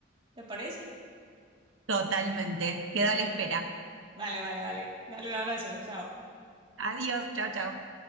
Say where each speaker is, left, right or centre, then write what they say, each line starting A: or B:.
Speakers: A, on the right; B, on the right.
A: ¿te parece?
B: Totalmente. Quedo
A: Bueno,
B: a la espera.
A: Vale, vale, vale. Dale un abrazo, chao.
B: Adiós, chao, chao.